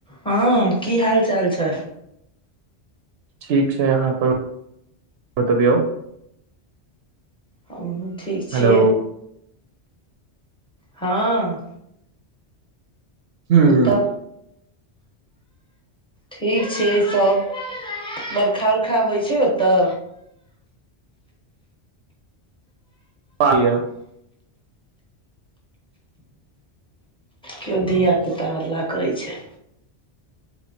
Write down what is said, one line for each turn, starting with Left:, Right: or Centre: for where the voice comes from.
Centre: हँ की हाल चाल छै?
Right: ठीक छै अहाँ अपन बतबियौ।
Centre: हमहुँ ठीक
Right: हेलो
Centre: छियै। हँ।
Right: ह ह
Centre: ओतऽ
Right: <inaudible>
Centre: ठीक छै सब बरखा उरखा होइ छै ओतऽ।
Right: <unintelligible>
Centre: किओ धियापुता हल्ला करै छै।